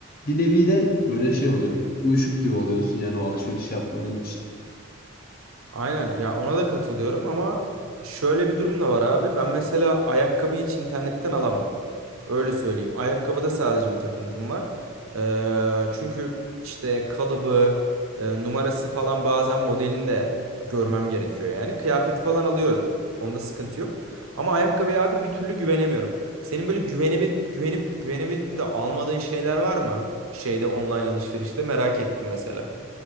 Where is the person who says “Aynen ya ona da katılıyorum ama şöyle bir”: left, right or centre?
Right